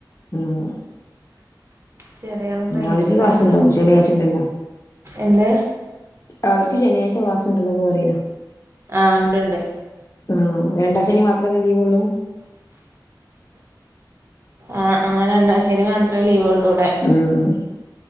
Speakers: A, on the left; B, on the right.
A: ഉംഹ്
B: ചെറിയാളും പ്രൈവറ്റിലാണ്
A: അവർക്ക് ക്ലാസ്ണ്ടാവും ശനിയാഴ്ച ഉണ്ടല്ലോ
B: എന്ത്?
A: അവർക്ക് ശനിയാഴ്ച ക്ലാസ്ണ്ടെല്ലോന്ന് പറയാ
B: ആഹ് ണ്ട്ണ്ട്
A: ആഹ് രണ്ടാശെനി മാത്രല്ലെ ലീവൊള്ളൂ?
B: ആഹ് ആഹ് ര ണ്ടാശെനി മാത്രേ ലീവൊള്ളുവ്ടെ
A: ആഹ്